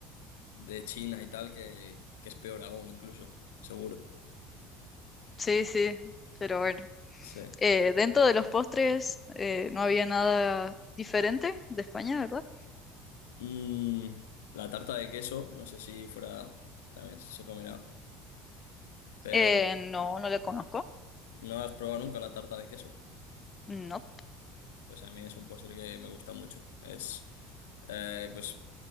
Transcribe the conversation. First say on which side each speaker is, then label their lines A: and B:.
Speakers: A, on the left; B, on the left.
A: de China y tal que, que es peor aún, incluso, seguro.
B: Sí, sí, pero bueno.
A: Sí.
B: Eh, dentro de los postres eh, no había nada diferente de España, ¿verdad?
A: Mm, la tarta de queso, no sé si fuera, también se comerá, pero
B: Eh, no, no la conozco.
A: ¿no has probado nunca la tarta de queso?
B: No.
A: Pues a mí es un postre que me gusta mucho. Es, eh, pues